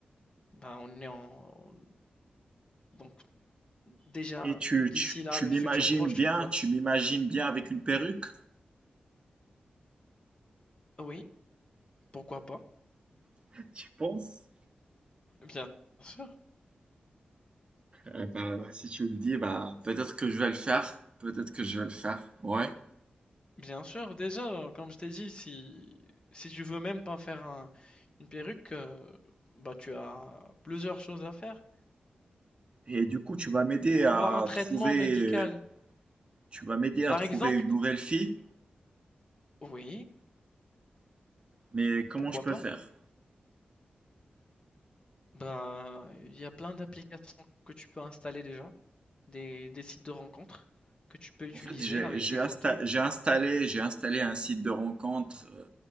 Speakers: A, on the left; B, on the right.
A: bah, on est en... Donc, déjà,
B: Et tu,
A: d'ici
B: tu,
A: là,
B: tu
A: le
B: m'imagines
A: futur proche,
B: bien,
A: bah,
B: tu m'imagines bien avec une perruque,
A: oui, pourquoi pas,
B: <laughs> tu penses?
A: bien sûr.
B: Eh ben, si tu me dis, bah, peut-être que je vais le faire. Peut-être que je vais le faire. Ouais.
A: Bien sûr, déjà, euh, comme je t'ai dit, si, si tu veux même pas faire un- une perruque, euh, bah, tu as plusieurs choses à faire.
B: Et du coup, tu vas m'aider à
A: Avoir un traitement
B: trouver,
A: médical,
B: euh, tu vas m'aider à
A: par
B: trouver
A: exemple,
B: une nouvelle fille.
A: oui,
B: Mais comment
A: pourquoi
B: je peux
A: pas?
B: faire?
A: Ben il y a plein d'applications que tu peux installer déjà, des, des sites de rencontres que tu peux utiliser
B: En fait, j'ai,
A: avec
B: j'ai
A: tes
B: insta-
A: photos.
B: j'ai installé, j'ai installé un site de rencontre. euh,